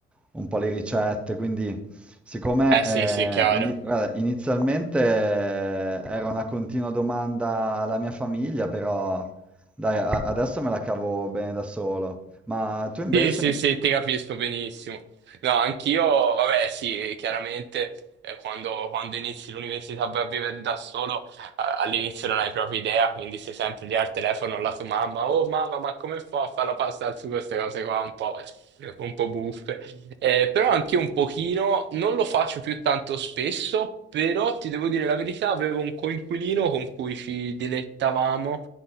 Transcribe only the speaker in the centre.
un po' le ricette, quindi siccome
eh,
ini- guarda, inizialmente eh, era una continua domanda alla mia famiglia, però dai, a- adesso me la cavo bene da solo. Ma tu invece?